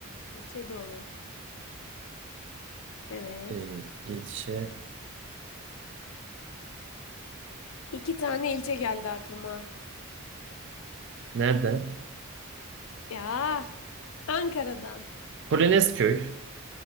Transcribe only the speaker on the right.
Ee, ilçe
nereden?
Polonezköy.